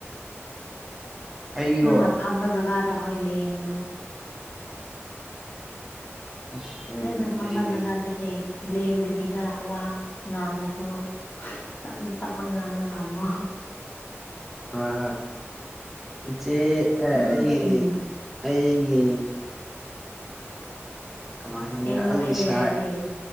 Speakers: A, in the centre; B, on the left.
A: ꯑꯩꯒꯤꯔꯣ
B: ꯅꯪꯅ ꯐꯝꯕ ꯖꯒꯥꯗ ꯍꯣꯏ ꯂꯦꯡꯒꯅꯨ
A: ꯑꯁ ꯂꯦꯡꯗꯦ
B: ꯅꯪꯅ ꯐꯝꯕ
A: ꯂꯦꯡꯗꯦ
B: ꯖꯒꯥꯗ ꯂꯦꯡ ꯂꯦꯡꯗꯕꯤꯗ ꯋꯥ ꯉꯥꯡꯉꯁꯨ ꯇꯞꯅ ꯇꯞꯃ ꯉꯥꯡꯉ ꯐꯝꯃꯣ
A: ꯍꯣꯏ ꯍꯣꯏ ꯏꯆꯦ
B: ꯎꯝ
A: ꯑꯥ ꯑꯩꯒꯤ ꯑꯩꯒꯤ ꯀꯃꯥꯏ ꯍꯥꯏꯒꯦꯔꯥ
B: ꯀꯩꯅꯣ
A: ꯑꯩꯒꯤ
B: ꯑꯩ
A: ꯁꯥꯏ
B: ꯍꯥꯏꯗꯤ